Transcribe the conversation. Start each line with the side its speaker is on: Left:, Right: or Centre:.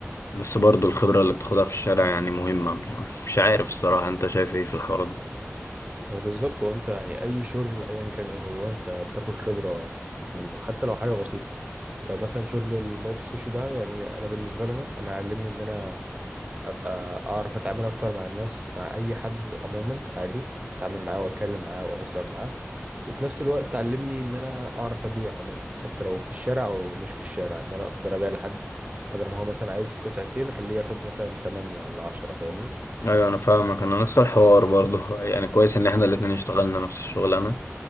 Left: بس برضو الخبره اللي بتاخدها في الشارع يعني مهمه مش مش عارف الصراحه انت شايف ايه في الحوار ده
Right: هو بالظبط هو انت يعني اي شغل ايا كان ايه هو انت بتاخد خبره منه حتى لو حاجه بسيطه لو مثلا شغل البايت السوشي ده يعني انا بالنسبه لنا انا علمني ان انا ابقى اعرف اتعامل اكتر مع الناس مع اي حد عموما عادي اتعامل معاه واتكلم معاه واهزر معاه وفي نفس الوقت علمني ان انا اعرف ابيع عموما حتى لو في الشارع او مش في الشارع ان انا اقدر ابيع لحد بدل ما هو مثلا عايز قطعتين خليه ياخد مثلا 8 ولا 10 فاهمني
Left: ايوه انا فاهمك انا نفس الحوار برضو <laughs> يعني كويس ان احنا الاتنين اشتغلنا نفس الشغلانه